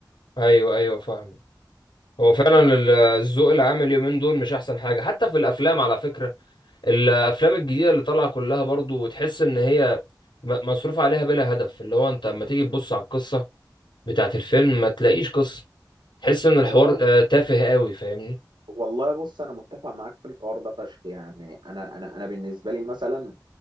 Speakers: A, on the left (about 85°); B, on the right (about 85°).
A: ايوه ايوه فاهمه هو فعلا ال- الذوق العام اليومين دول مش احسن حاجه حتى في الافلام على فكره الافلام الجديده اللي طالعه كلها برضو تحس ان هي م- مصروف عليها بلا هدف اللي هو انت اما تيجي تبص على القصه بتاعت الفيلم ما تلاقيش قصه تحس ان الحوار
B: والله
A: آه، تافه قوي فاهمني
B: والله بص انا متفق معاك في الحوار ده فشخ يعني انا انا انا بالنسبه لي مثلا